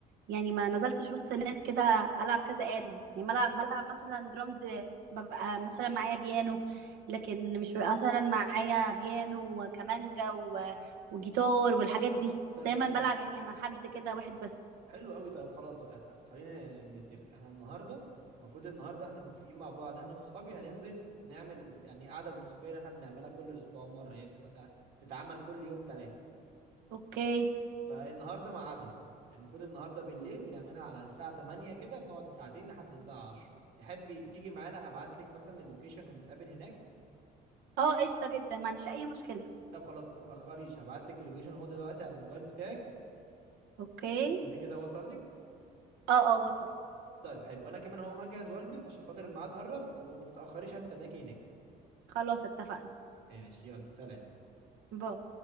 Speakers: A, on the right; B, on the right.
A: يعني ما نزلتش وسط ناس كده العب كذا آلة يعني بلعب بلعب مثلا درامز ببقى مثلا معايا بيانو لكن مش ببقى مثلا معايا بيانو وكمانجا و- وجيتار والحاجات دي
B: طيب
A: دايما
B: حلو
A: بلعب يعني مع حد كده واحد بس
B: حلو قوي طيب خلاص أ- أ- خلينا نتفق احنا النهارده المفروض النهارده احنا متفقين مع بعض احنا واصحابي هننزل نعمل يعني القعده الموسيقيه اللي احنا بنعملها كل اسبوع مره هي بتبقى تع- بتتعمل كل يوم ثلاث
A: اوكي
B: فالنهارده ميعادها المفروض النهارده بالليل بنعملها على الساعة 8 كده بنقعد ساعتين لحد الساعة 10 تحبي تيجي معانا ابعت لك مثلا اللوكيشن ونتقابل هناك
A: اه قشطه جدا ما عنديش اي مشكله
B: طب خلاص ما تتأخريش هبعت لك اللوكيشن اهو دلوقتي على الموبايل بتاعك
A: اوكي
B: شوفي كده وصل لك
A: اه اه وصل
B: طيب حلو انا كمان هقوم اجهز والبس عشان خاطر الميعاد قرب وما تتأخريش هستناكي هناك
A: خلاص اتفقنا
B: ماشي يلا سلام
A: باي